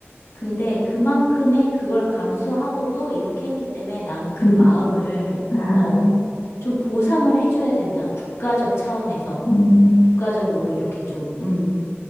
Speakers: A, on the left (about 80°); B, on the left (about 65°).
A: 근데 그만큼의 그걸 감수하고도 이렇게 했기 때문에 나는 그
B: 음.
A: 마음을,
B: 아,
A: 어, 좀 보상을 해줘야 된다. 국가적 차원에서.
B: 음,
A: 국가적으로 이렇게 좀, 음,